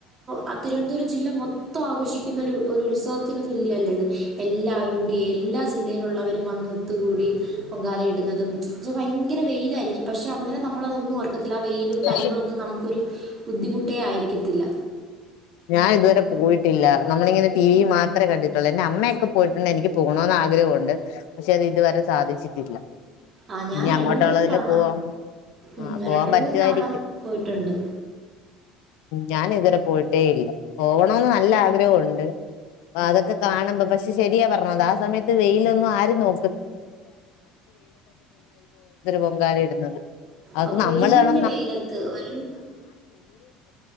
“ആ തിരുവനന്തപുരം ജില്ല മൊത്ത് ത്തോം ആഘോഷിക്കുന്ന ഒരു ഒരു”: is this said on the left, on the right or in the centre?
Right